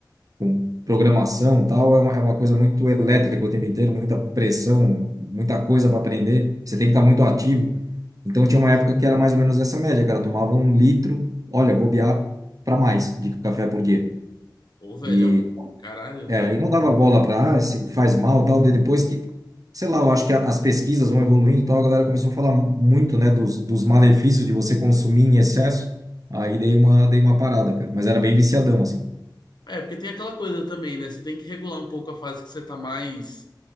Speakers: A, on the right; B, on the left.
A: com programação e tal? É uma, é uma coisa muito elétrica o tempo inteiro, muita pressão, muita coisa para aprender. Você tem que estar muito ativo. Então
B: Sim,
A: tinha uma época
B: sim.
A: que era mais ou menos essa média, cara. Eu tomava um litro, olha, bobear para mais de café por dia.
B: Pô, velhão,
A: e
B: caralho.
A: é, e não dava bola para, ah, se faz mal, tal, de depois que, sei lá, eu acho que a- as pesquisas vão evoluindo, e tal, a galera começou a falar muito, né, dos, dos malefícios de você consumir em excesso, aí dei uma, dei uma parada, cara, mas era bem viciadão, assim.
B: É, porque tem aquela coisa também, né? Você tem que regular um pouco a fase que você tá mais